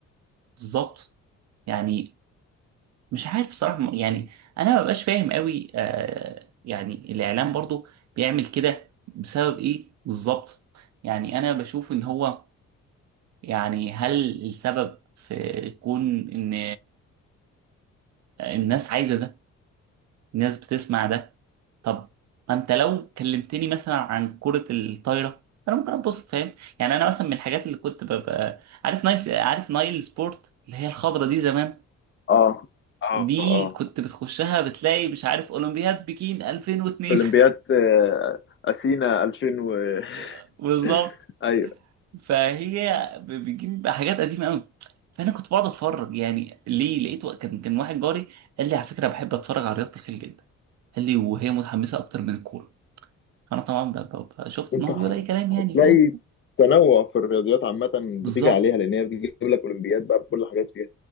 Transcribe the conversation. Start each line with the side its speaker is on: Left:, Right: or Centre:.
Right: بالظبط يعني مش عارف صراحه يعني انا ما ببقاش فاهم قوي آه يعني الاعلام برضو بيعمل كده بسبب ايه بالظبط يعني انا بشوف ان هو يعني هل السبب في كون ان الناس عايزه ده الناس بتسمع ده طب انت لو كلمتني مثلا عن كرة الطايرة انا ممكن اتبسط فاهم يعني انا مثلا من الحاجات اللي كنت ببقى عارف نايل عارف نايل سبورت اللي هي الخضرة دي زمان
Left: اه اه
Right: دي
Left: اه
Right: كنت بتخشها بتلاقي مش عارف اولمبياد بكين 2002
Left: اولمبياد آه، اثينا 2000 و
Right: <laughs> بالظبط
Left: <laughs> ايوه
Right: فهي ب- بتجيب حاجات قديمة قوي فانا كنت بقعد اتفرج يعني ليه لقيت وق- كان كان واحد جاري قال لي على فكرة بحب اتفرج على رياضة الخيل جدا قال لي وهي متحمسة اكتر من الكورة انا طبعا ب- ب- ب- شفت
Left: انت
Right: ان هو
Left: ه-
Right: بيقول اي كلام
Left: هتلاقي
Right: يعني فاهم
Left: تنوع في الرياضيات عامة
Right: بالظبط
Left: بتيجي عليها لأن هي بتجيب لك أولمبياد بقى بكل حاجات فيها